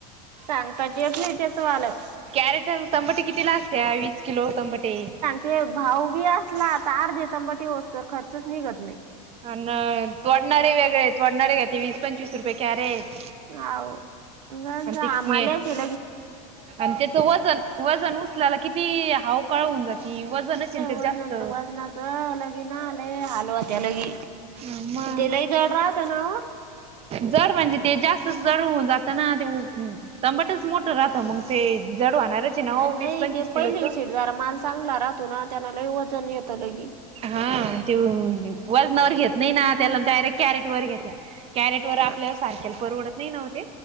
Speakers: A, on the right (about 85°); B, on the right (about 30°).
A: सांगताच येत नाही, तेच व आल्यावर
B: कॅरेट तंबटे कितीला असतीया, वीस किलो तंबटे?
A: ते भाऊ बी असला तर अर्ध तंबाटी वस्तूवर खर्चच निघत नाही.
B: अन तोडणारे वेगळे, तोडणारे घ्याते वीस -पंचवीस रुपये कॅरेट.
A: आव <unintelligible> बापरे
B: आणि ते आणि त्याचं वजन वजन उचलायला किती हावकाळ होऊन जाती वजनच ते जास्त
A: वजन वजनाचं लगी ना आलंय, हलवा त्या लगी.
B: आ म
A: ते लय जड राहत ना ओ.
B: जड म्हणजे ते जास्त जड होऊन जात ना ते तमाटच मोठं राहत मग, ते जड व्हणारेच नवं
A: नाही
B: वीस पंचवीस
A: ते पहिली
B: किलोच.
A: शीट जरा माल चांगला राहतो ना, त्यांन लई वजन येतं लगी.
B: हा, ते वजनावर घेत नाही ना त्याला डायरेक्ट कॅरेट वर घेत्या कॅरेट वर
A: हा
B: आपल्याला सारखेला परवडत नाही नव्ह ते